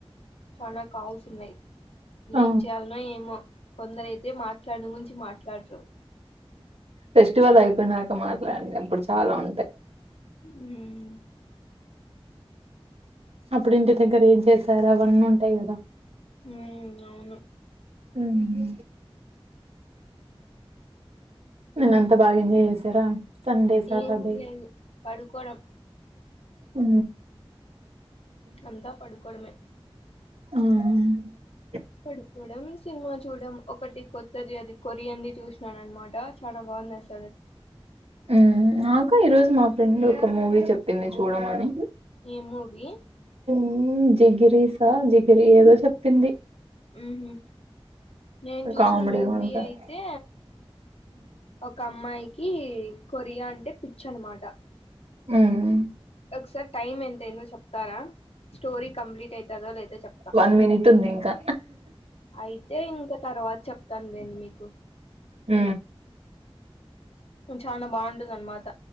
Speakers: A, on the left; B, on the right.
A: చనా కాల్స్ ఉన్నాయి
B: ఆ
A: ఏం చేయాలన ఏమో కొందరైతే మాక దాని గురించి మాట్లాడరు
B: ఫెస్టివల్ అయిపోయినాక మాట్లాడండి అప్పుడు చాలా ఉంటాయి
A: హు
B: అప్పుడు ఇంటి దగ్గర ఏం చేసారు అవన్నీ ఉంటాయి కదా
A: ఉ అవును
B: ఉహు నిన్న అంత బాగా ఎంజాయ్ చేసారా సండే సాటర్డే
A: ఏం లేదు పడుకోవడం
B: హు
A: అంతా పడుకోవడమే
B: ఆహ
A: పడుకోడం సినిమా చూడడం ఒకటి కొత్తది అది కొరియన్ అంది చూసినాను అన్నమాట చానా బాగుంది అస
B: హు నాకు ఈరోజు మా ఫ్రెండ్ ఒక మూవీ చెప్పింది చూడమని
A: ఏం మూవీ
B: హు జిగిరీసా జిగిరి ఏదో చెప్పింది
A: ఉహు నేను చూసిన
B: కామెడీగా
A: మూవీ
B: ఉంటది
A: అయితే ఒక అమ్మాయికి కొరియా అంటే పిచ్చి అన్నమాట
B: ఊ ఉ
A: ఒకసారి టైమ్ ఎంత అయ్యిందో చెప్తారా స్టోరీ కంప్లీట్ అయితదో లేదా చెప్తా
B: వన్ మినిట్ ఉంది ఇంకా
A: అయితే ఇంకా తర్వాత చెప్తాను లేండి మీకు
B: ఊ
A: చానా బాగుంటంద అన్నమాట